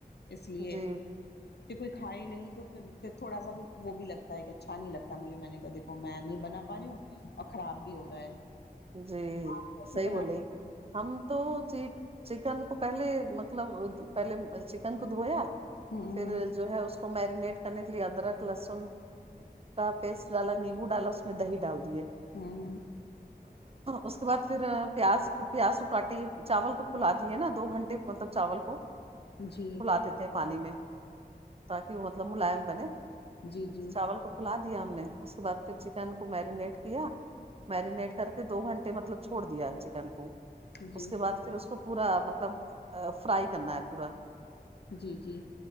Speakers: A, on the left; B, on the right.
A: اس لیے
B: جی
A: پھر کوئی کھائے نہیں تو پھر پھر تھوڑا سا پھر وہ بھی لگتا ہے ایک اچھا نہیں لگتا مجھے میں نے کہ د میں نہیں بنا پا رہی ہوں اور خراب بھی ہو رہا ہے
B: جی
A: آپ کیسے
B: صحیح
A: بنا
B: بولے ہم تو جی چکن کو پہلے مطلب پہلے چکن کو دھویا
A: ہوں
B: پھر جو ہے اس کو کو میرینیٹ کرنے کے لئے ادرک لہسن کا پیسٹ ڈالا نیمبو ڈالا اس میں میں دہی ڈال دی ہے
A: ہاں
B: اس کے بعد پھر پیاز پیاز کو کاٹی چاول کو کلا دیے نا دو گھنٹے مطلب چاول کو
A: جی
B: فلا دیتے ہیں پانی میں تاکہ وہ مطلب ملائم بنے
A: جی جی
B: چاول کو کلا دیا ہم نے اس کے بعد پھر چکن کو میرینیٹ کیا میرینیٹ کر دو گھنٹے مطلب چھوڑ دیا چکن کو
A: جی
B: اس کے بعد پھر اس کو پورا مطلب فرائی کرنا ہے پورا
A: جی جی